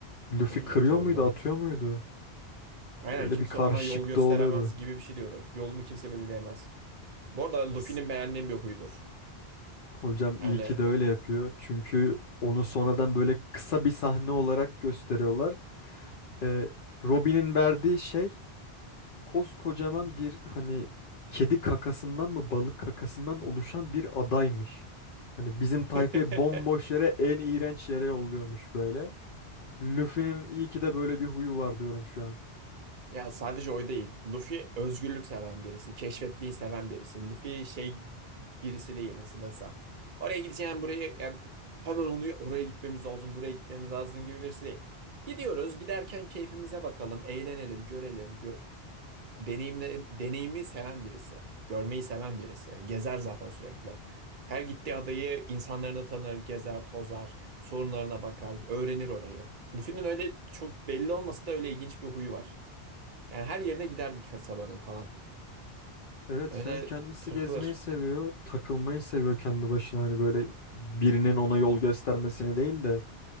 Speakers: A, on the left; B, on the right.
A: Luffy
B: Adını iyi
A: kırıyor
B: hatırladın
A: muydu,
B: ha.
A: atıyor muydu?
B: Aynen
A: Öyle
B: kimse
A: bir karışıklık
B: bana yol gösteremez
A: da oluyordu.
B: gibi bir şey diyorduk. Yolumu kimse belirleyemez. Bu arada Luffy'nin
A: S-
B: beğendiğim bir huydur.
A: Hocam iyi
B: Yani
A: ki de öyle yapıyor. Çünkü onu sonradan böyle kısa bir sahne olarak gösteriyorlar. Ee, Robin'in verdiği şey koskocaman bir hani kedi kakasından mı balık kakasından oluşan bir adaymış. Hani bizim tayfayı
B: <laughs>
A: bomboş yere en iğrenç yere yolluyormuş böyle. Luffy'nin iyi ki de böyle bir huyu var diyorum şu an.
B: Ya sadece o değil. Luffy özgürlük seven birisi, keşfetmeyi seven birisi. Luffy şey birisi değil nasıl desem. Oraya gideceğim buraya ya hemen onu oraya gitmemiz lazım, buraya gitmemiz lazım gibi birisi değil. Gidiyoruz, giderken keyfimize bakalım, eğlenelim, görelim. Gö deneyimle, deneyimi seven birisi, görmeyi seven birisi. Gezer zaten sürekli. Her gittiği adayı insanlarını tanır, gezer, tozar, sorunlarına bakar, öğrenir orayı. Luffy'nin öyle çok belli olmasa da öyle ilginç bir huyu var. Yani her yerine gider bir kasabanın falan.
A: Evet
B: Öyle
A: hem kendisi
B: takılır.
A: gezmeyi seviyor, takılmayı seviyor kendi başına hani böyle birinin ona yol göstermesini değil de